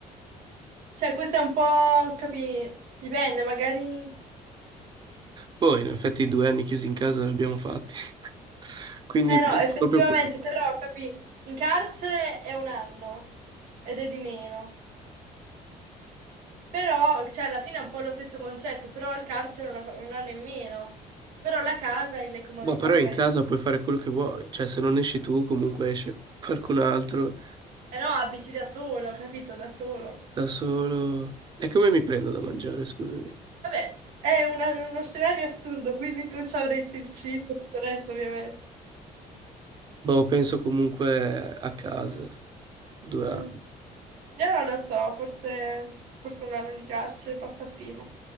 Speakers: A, on the right; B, on the right.
A: Cioè, questo è un po', capì, dipende, magari...
B: Poi, in effetti, i due anni chiusi in casa li abbiamo fatti. <laughs> Quindi,
A: Eh no, effettivamente,
B: proprio... que-
A: però, capì, in carcere è un anno ed è di meno. Però, cioè, alla fine è un po' lo stesso concetto, però il carcere è una- un anno in meno. Però la casa e le comodità
B: Boh, però
A: magari...
B: in casa puoi fare quello che vuoi. Cioè, se non esci tu, comunque esce qualcun altro
A: Eh no, abiti da solo, capito? Da solo.
B: da solo. E come mi prendo da mangiare, scusami?
A: Vabbè, è una- uno scenario assurdo, quindi tu ci avresti il cibo, tutto il resto, ovviamente.
B: Boh, penso comunque a casa, due
A: Mm.
B: anni.
A: Io non lo so, forse, forse un anno di carcere passa prima.